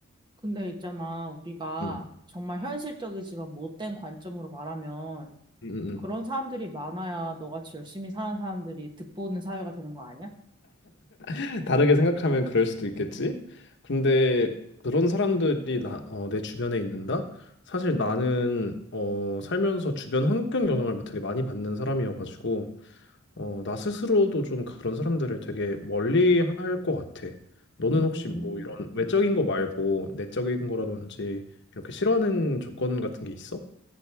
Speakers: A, on the right; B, on the left.
A: 근데 있잖아, 우리가
B: 응,
A: 정말 현실적이지만 못된 관점으로 말하면
B: 응, 응.
A: 그런 사람들이 많아야 너같이 열심히 사는 사람들이 득보는 사회가 되는 거 아니야?
B: <laughs> 다르게 생각하면 그럴 수도 있겠지. 근데 그런 사람들이 나, 어, 내 주변에 있는다? 사실 나는 어, 살면서 주변 환경 영향을 되게 많이 받는 사람이어가지고 어, 나 스스로도 좀 그런 사람들을 되게 멀리 할 것 같아. 너는
A: 음,
B: 혹시 뭐 이런 외적인 거 말고 내적인 거라든지 이렇게 싫어하는 조건 같은 게 있어?